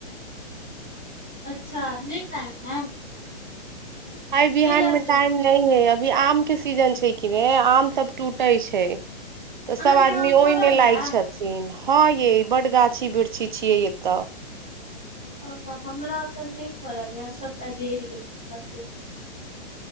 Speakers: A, in the centre; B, on the right.
A: अच्छा नहि टाइम है
B: आइ बिहान
A: कैला
B: मे
A: से
B: टाइम नहि है अभी आम के सीजन छै कि ने आम सब टूटै छै तऽ
A: अहाँके
B: सब आदमी
A: आम फड़ल
B: ओहिमे लागि
A: है
B: छथिन हँ ये बड गाछी वृक्षी छियै एतऽ
A: अ हमरा तऽ नहि फड़ल यऽ सबटा जरि गेल मजजूर